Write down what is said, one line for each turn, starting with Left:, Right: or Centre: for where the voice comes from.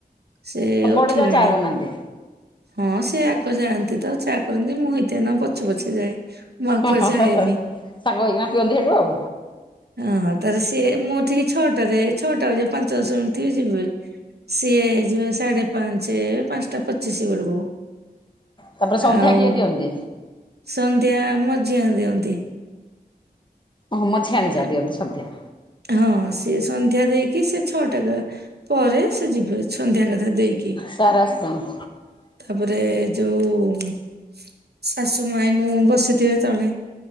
Right: ସେ
Left: ସବୁଆଡେ
Right: ଉଠିବେଣି।
Left: ଯା ଚା ବନାନ୍ତି।
Right: ହଁ ସେ ଆଗ ଜାଣନ୍ତି ତ ଚାହା କରନ୍ତି ମୁଁ ହେଇଥି ନ ପଛେ ପଛେ ଯାଏ। ମୁଁ ଆଖୁଆଜାଏନି।
Left: ହଁ ହଁ ହଁ ହଁ ସାଙ୍ଗ ହେଇକିନା ପିଅନ୍ତି ସେଇଠୁ ଆଉ।
Right: ହଁ ତାଲେ ସିଏ ମୁଁ ଠିକି ଛଅଟାରେ ଛଅଟା ବାଜିପାଞ୍ଚ ଦଶ ମିନିଟ ଥିବଯିବି। ସିଏ ହେଇଯିବେ ସାଢେ ପାଞ୍ଚ ପାଞ୍ଚଟା ପ ସିସି ବେଳକୁ
Left: ତାପରେ ସନ୍ଧ୍ୟା
Right: ଆଉ
Left: କିଏ ଦିଅନ୍ତି?
Right: ସନ୍ଧ୍ୟା ମଝିଆଁ ଦିଅନ୍ତି।
Left: ଓହୋ ମଝି ଆଣିଯା
Right: ଆ,
Left: ଦିଅନ୍ତୁ ସନ୍ଧ୍ୟା।
Right: ହଁ ସିଏ ସନ୍ଧ୍ୟା ଦେଇକି ସେ ଛଅଟା ପରେ ସେ ଯିବେ। ସନ୍ଧ୍ୟା କଥା ଦେଇକି
Left: ସାର୍ ଆସିଛନ୍ତି।
Right: ତାପରେ ଯୋଉ ଶାଶୁ ମାଇ ନୁ ବସିଥିବେ ତଳେ